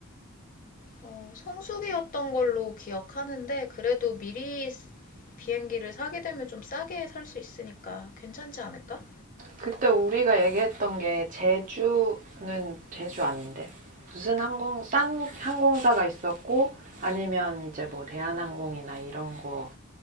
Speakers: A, on the left; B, on the right.
A: 어, 성수기였던 걸로 기억하는데 그래도 미리 비행기를 사게 되면 좀 싸게 살 수 있으니까 괜찮지 않을까?
B: 그때 우리가 얘기했던 게 제주는 제주 아닌데 무슨 항공 싼 항공사가 있었고 아니면 이제 뭐 대한항공이나 이런 거